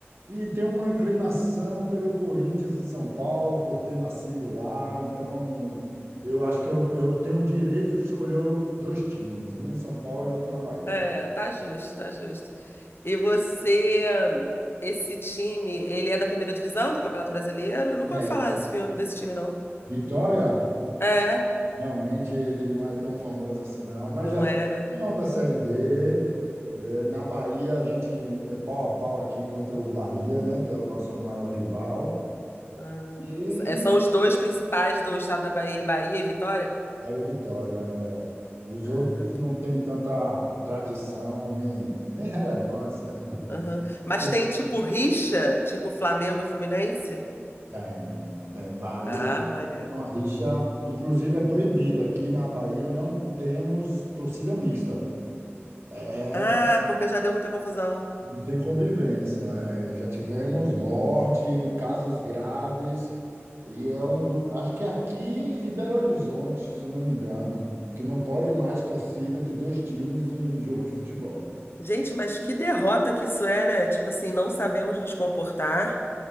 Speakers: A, on the right; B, on the left.
A: E tenho uma inclinação pelo Corinthians e São Paulo, por ter nascido lá. Então, eu acho que eu, eu tenho o direito de escolher dois times, um em São Paulo e outro na Bahia.
B: É, tá justo, tá justo. E você, esse time, ele é da primeira divisão do Campeonato Brasileiro? Eu nunca
A: É,
B: ouvi falar desse, fi- desse time, não.
A: Vitória?
B: É,
A: Realmente ele não é tão famoso assim, não, mas
B: não
A: já foi
B: é, né?
A: campeão da Série B. Eh, Na Bahia, a gente é pau a pau aqui contra o Bahia, né? Que é o nosso maior rival.
B: Ah,
A: E
B: é, são os dois principais do estado da Bahia, Bahia e Vitória?
A: Bahia Vitória. é. Os
B: Ah,
A: outros não têm tanta tradição nem, nem relevância.
B: Aham. Mas
A: Pô,
B: tem tipo rixa, tipo Flamengo e Fluminense?
A: Tem, tem. Bahia
B: Ah,
A: é
B: maneiro.
A: uma rixa, inclusive é proibida. Aqui na Bahia não temos torcida mista. É
B: Ah, porque já deu muita confusão.
A: Não tem convivência. É, já tivemos morte, casos graves, e é um do, acho que é aqui e Belo Horizonte, se eu não me engano, que não pode mais torcida de dois times em jogo de futebol.
B: Gente, mas que derrota que isso é, né? Tipo assim, não sabemos nos comportar,